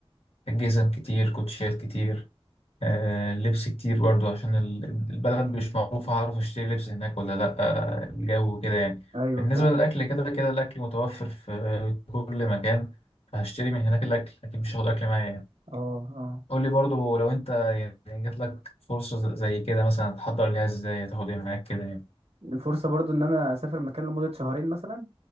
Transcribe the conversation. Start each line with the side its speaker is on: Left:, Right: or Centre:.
Left: جزم كتير كوتشيات كتير آه، لبس كتير برضو عشان ال- البلد مش معروفة هعرف اشتري لبس هناك ولا لأ آه، الجو كده يعني
Right: ايوه
Left: بالنسبة
Right: فعلا
Left: للأكل كده كده الأكل متوفر في كل مكان فهشتري من هناك الأكل لكن مش هاخد أكل معايا يعني
Right: اه اه
Left: قول لي برضو لو أنت يعني جات لك فرصة ز- زي كده مثلا تحضر ليها ازاي تاخد ايه معاك كده يعني
Right: الفرصة برضو ان انا اسافر مكان لمدة شهرين مثلا